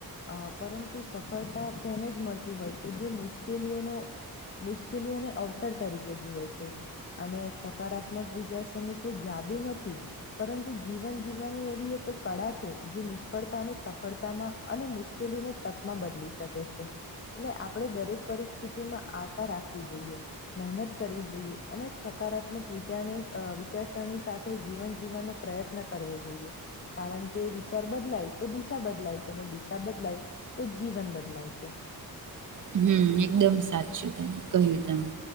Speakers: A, on the left (about 35°); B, on the right (about 55°).
A: અ પરંતુ સફળતા તેને જ મળતી હોય છે જે મુશ્કેલીઓનો મુશ્કેલીઓને અવસર તરીકે જુએ છે. અને સકારાત્મક વિચારસરની કોઈ જાદુ નથી. પરંતુ જીવન જીવવાની એવી એક કળા છે જે નિષ્ફળતા અને સફળતામાં અને મુશ્કેલીને તકમાં બદલી શકે છે. એટલે આપડે દરેક પરિસ્થિતિ માં આશા રાખવી જોઈએ મહેનત કરવી જોઈએ અને સકારાત્મક વિચાર વિચારસરણી સાથે જીવન જીવવાનો પ્રયત્ન કરવો જોઈએ. કારણ કે વિચાર બદલાય તો દિશા બદલાય છે ને દિશા બદલાય તો જ જીવન બદલાય છે.
B: હમ એકદમ સા છે કહ્યું તમે